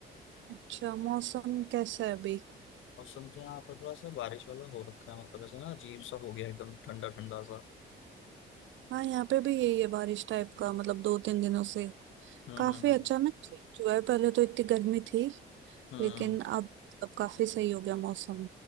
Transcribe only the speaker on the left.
और सुनते हैं यहाँ पर थोड़ा सा बारिश वाला हो रखा है मतलब ऐसा ना अजीब सा हो गया एकदम ठंडा ठंडा सा
हम्म
हम्म हम्म
हम्म,